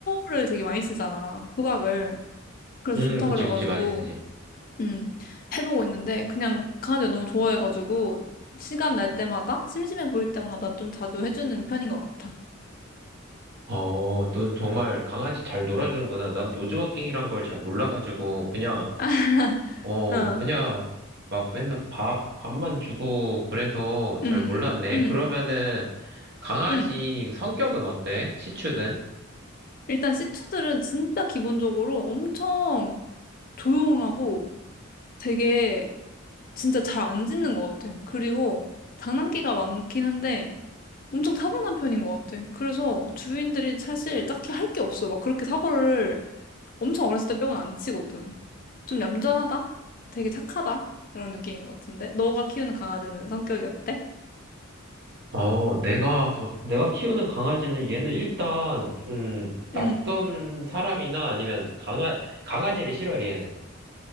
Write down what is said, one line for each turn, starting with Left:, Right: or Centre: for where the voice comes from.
Left: 코를 되게 많이 쓰잖아. 후각을 그래서
Right: 음,
Left: 좋다
Right: 그치,
Left: 그래가지고
Right: 그치, 많이 쓰지.
Left: 음 해보고 있는데 그냥 강아지가 너무 좋아해가지고 시간 날 때마다 심심해 보일 때마다 좀 자주 해주는 편인 것 같아.
Right: 어, 넌 정말 강아지 잘 놀아주는구나. 난 노즈워킹이란 걸 잘 몰라가지고, 그냥
Left: <laughs>
Right: 어,
Left: 어,
Right: 그냥 막 맨날 밥, 밥만 주고 그래서 잘
Left: 음,
Right: 몰랐네.
Left: 음,
Right: 그러면은 강아지
Left: 음.
Right: 성격은 어때? 시추는?
Left: 일단 시츄들은 진짜 기본적으로 엄청 조용하고 되게 진짜 잘 안 짖는 것 같아. 그리고 장난기가 많긴 한데 엄청 타고난 편인 것 같아. 그래서 주인들이 사실 딱히 할 게 없어. 막 그렇게 사고를 엄청 어렸을 때 빼고는 안 치거든. 좀 얌전하다? 되게 착하다? 그런 느낌인 것 같은데? 너가 키우는 강아지는 성격이 어때?
Right: 어, 내가, 가- 내가 키우는 강아지는 얘는 일단 좀 낯선
Left: 응.
Right: 사람이나 아니면 강아, 강아지를 싫어해, 얘는.